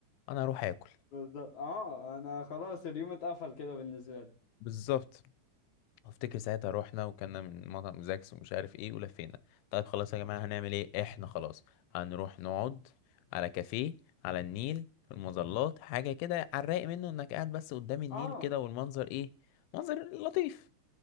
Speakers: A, on the left; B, on the left.
A: انا اروح اكل
B: بالظبط اه انا خلاص اليوم اتقفل كده بالنسبة لي
A: بالظبط افتكر ساعتها روحنا وكنا من مطعم زاكس ومش عارف ايه ولفينا طيب خلاص يا جماعة هنعمل ايه احنا خلاص هنروح نقعد على كافيه على النيل في المظلات حاجة كده على الرايق منه انك قاعد بس قدام النيل
B: اه
A: كده والمنظر ايه منظر لطيف